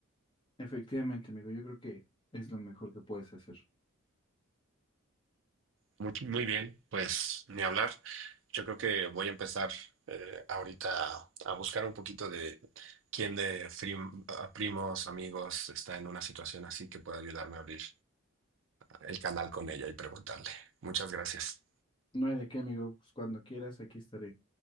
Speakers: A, on the left; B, on the right.
A: Efectivamente, amigo, yo creo que es lo mejor que puedes hacer.
B: Muy, muy bien, pues ni hablar. Yo creo que voy a empezar eh, ahorita a buscar un poquito de quién de frim- a primos, amigos está en una situación así que pueda ayudarme a abrir el canal con ella y preguntarle. Muchas gracias.
A: No hay de qué, amigo, pues cuando quieras, aquí estaré.